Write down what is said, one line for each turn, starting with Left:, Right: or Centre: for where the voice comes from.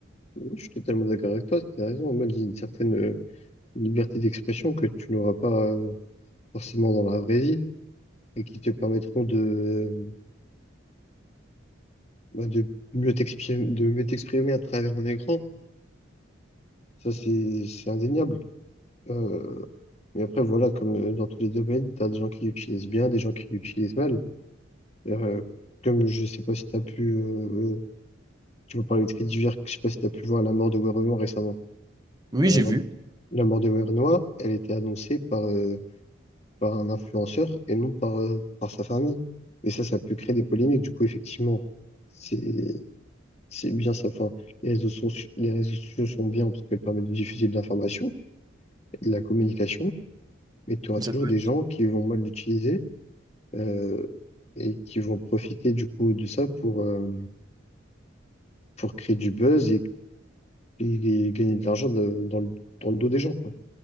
Left: Ouais, Je suis totalement d'accord avec toi, t'as raison. En mode, il y a une certaine euh, liberté d'expression que tu n'auras pas euh, forcément dans la vraie vie et qui te permettront de, euh, bah, de mieux t'exprimer, de mieux t'exprimer à travers un écran. Ça, c'est, c'est indéniable. Euh, mais après, voilà, comme euh, dans tous les domaines, tu as des gens qui l'utilisent bien, des gens qui l'utilisent mal. Euh, comme je sais pas si tu as pu, euh, euh, tu vas parler de faits divers, je sais pas si tu as pu voir la mort de Werenoi récemment.
Right: Oui,
Left: Enfin,
Right: j'ai
Left: La mort,
Right: vu.
Left: la mort de Werenoi, elle était annoncée par, euh, par un influenceur et non par, euh, par sa famille. Et ça, ça peut créer des polémiques. Du coup, effectivement, c'est C'est bien ça. Enfin, les réseaux sont, les réseaux sociaux sont bien parce qu'elles permettent de diffuser de l'information et de la communication, mais tu auras
Right: Ça
Left: toujours
Right: peut-
Left: des gens qui vont mal l'utiliser euh, et qui vont profiter du coup de ça pour, euh, pour créer du buzz et, et gagner de l'argent de- dans le, dans le dos des gens, quoi.